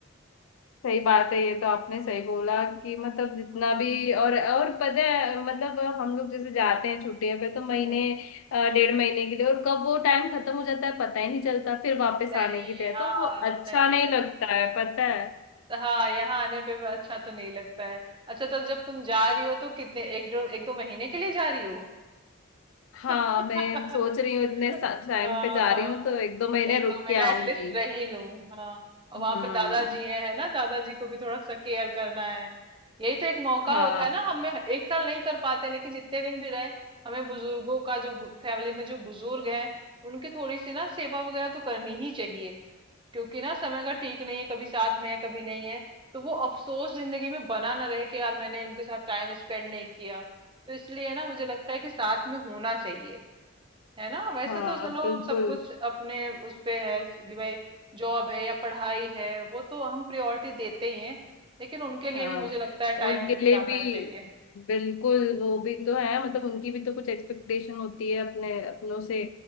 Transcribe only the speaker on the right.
हम्म
नहीं
हाँ
नहीं
बत-
हाँ यहाँ आने पे भी अच्छा तो नहीं लगता है अच्छा तो जब तुम जा रही हो तो कितने एक दो एक दो महीने के लिए जा रही हो
<laughs>
हाँ
एक
दो महीना
एटलीस्ट रह ही लूं हाँ और
वहां पे दादाजी है है ना दादाजी को भी थोड़ा सा केयर करना है यही तो एक मौका
होता है ना हमें एक साल नहीं कर पाते लेकिन जितने दिन भी रहे हमें बुजुर्गों का जो फैमिली में जो बुजुर्ग हैं उनकी थोड़ी सी ना सेवा वगैरह तो करनी ही चाहिए क्योंकि ना समय का ठीक नहीं है कभी साथ में है कभी नहीं है तो वो अफसोस जिंदगी में बना ना रहे कि यार मैंने उनके साथ टाइम स्पेंड नहीं किया तो इसलिए ना मुझे लगता है कि साथ में होना चाहिए है ना वैसे
तो चलो
सब कुछ अपने उस पे है कि भाई जॉब है या पढ़ाई है वो तो हम प्रायोरिटी देते ही हैं लेकिन उनके लिए
भी मुझे लगता है टाइम
निकालना
ही चाहिए